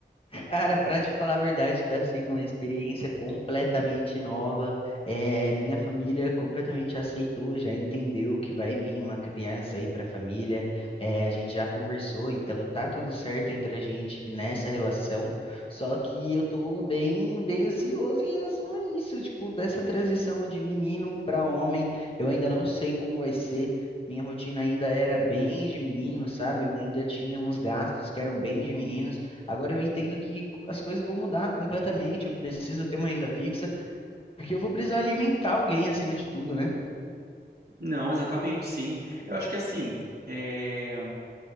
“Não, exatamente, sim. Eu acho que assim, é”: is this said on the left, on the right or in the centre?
Right